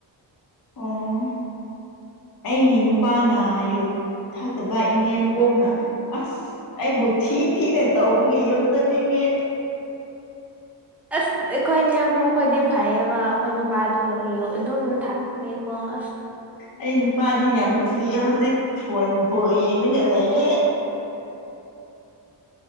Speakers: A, on the left (about 50°); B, in the centre.
A: ꯑꯣ ꯑꯩꯒꯤ ꯅꯨꯄꯥꯅ ꯌꯨ ꯊꯛꯇꯕ ꯏꯅꯦꯝꯄꯣꯛꯅ ꯑꯁ ꯑꯩꯕꯨ ꯊꯤ ꯊꯤꯅ ꯇꯧꯕꯒꯤ ꯌꯨꯝ ꯆꯠꯅꯤꯡꯉꯦ
B: ꯑꯁ ꯑꯩꯈꯣꯏꯅꯦꯝꯕꯛ ꯈꯣꯏꯗꯤ ꯐꯩꯌꯦꯕ ꯑꯩꯈꯣꯏ ꯅꯨꯄꯥꯗꯨ ꯌꯨ ꯑꯗꯨꯝ ꯊꯥꯛꯄꯤꯕ ꯑꯁ
A: ꯑꯩ ꯅꯨꯄꯥꯗꯤ ꯌꯥꯝ ꯅꯨꯡꯁꯤꯌꯦ ꯍꯧꯖꯤꯛ ꯐꯣꯟ ꯕꯣꯟ ꯌꯦꯡꯂꯒ ꯂꯩꯌꯦ